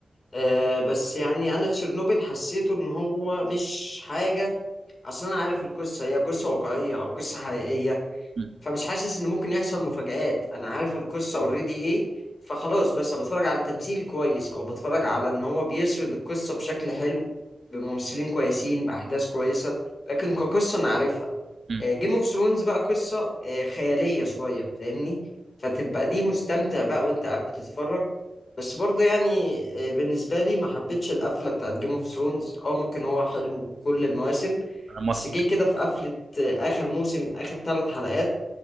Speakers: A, on the left (about 55°); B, on the right (about 65°).
A: آه بس يعني انا تشيرنوبل حسيته ان هو مش حاجه اصلا انا عارف القصه هي قصه واقعيه او قصه حقيقيه
B: مم.
A: فمش حاسس ان ممكن يحصل مفاجآت انا عارف القصة اوريدي ايه فخلاص بس بتفرج على التمثيل كويس او بتفرج على ان هو بيسرد القصة بشكل حلو بممثلين كويسين باحداث كويسة لكن كقصة انا عارفها
B: مم.
A: جيم اوف ثرونز بقى قصة آه، خيالية شوية فاهمني فتبقى دي مستمتع بقى وانت قاعد بتتفرج بس برضه يعني آه، بالنسبة لي ما حبيتش القفلة بتاعت جيم اوف ثرونز اه ممكن هو حلو كل المواسم
B: انا موافق
A: بس جه كده في قفلة آه، آخر موسم آخر ثلاث حلقات